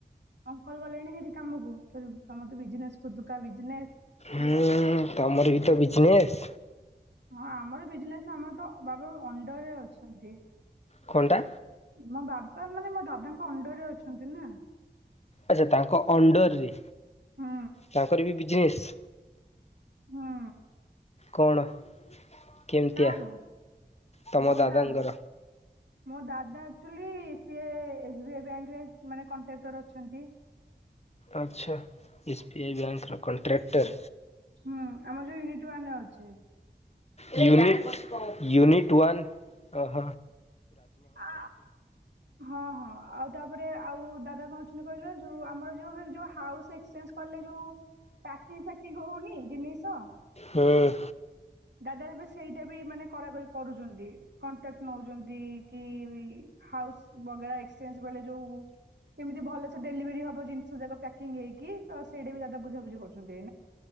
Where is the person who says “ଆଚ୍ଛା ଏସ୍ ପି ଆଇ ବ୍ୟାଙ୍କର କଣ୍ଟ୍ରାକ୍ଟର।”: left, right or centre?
Left